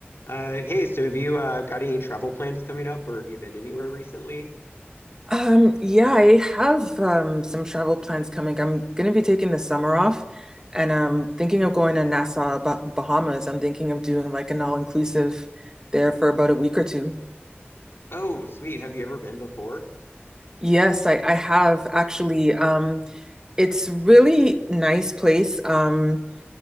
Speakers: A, on the left; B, on the right.
A: Uh, hey, so have you uh, got any travel plans coming up, or have you been anywhere recently?
B: Um, yeah, I have um some travel plans coming. I'm gonna be taking the summer off and I'm thinking of going to Nassau, Bah- Bahamas. I'm thinking of doing like an all-inclusive there for about a week or two.
A: Oh, sweet. Have you ever been before?
B: Yes, I, I have actually. Um, it's really nice place. Um,